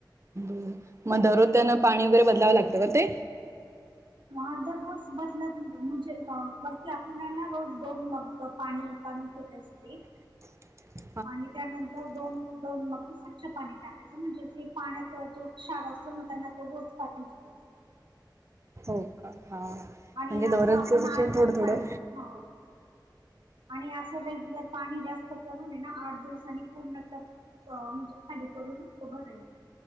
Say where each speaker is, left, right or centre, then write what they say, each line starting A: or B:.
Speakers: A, on the right; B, on the right.
A: बरोबर मग दररोज त्यानां पाणी वगैरे बदलावं लागतं का ते.
B: ह दररोज बदलत म्हणजे वरती आपल्याला ना रोज दोन म. पाणी काढून फेकायचं ते
A: <inaudible>
B: आणि त्यानंतर दोन. दोन मग स्वच्छ पाणी टाकायचं म्हणजे जे पाण्यात जो क्षार असतो ना त्यांना तो रोज <inaudible>
A: हो का हा
B: आणि
A: म्हणजे दररोज
B: असं आपण आठ
A: चेन थोडं
B: दिवसनी
A: थोडं
B: हो आणि असं रेग्युलर पाणी जास्त करून नये ना आठ दिवसनी पूर्ण टप् अ म्हणजे खाली करून भरायचं.